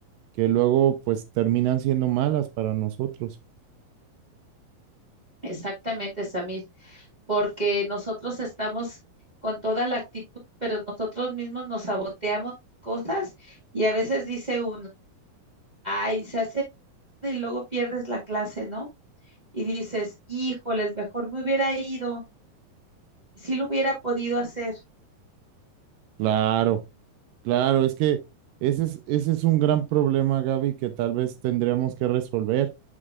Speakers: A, on the right; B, on the right.
A: que luego pues terminan siendo malas para nosotros.
B: Exactamente, Samir. porque nosotros estamos con toda la actitud, pero nosotros mismos nos saboteamos cosas y a veces dice uno, ay, se hace y luego pierdes la clase, ¿no? Y dices, híjoles, mejor me hubiera ido, si lo hubiera podido hacer,
A: Claro. Claro, es que ese es, ese es un gran problema, Gaby, que tal vez tendríamos que resolver.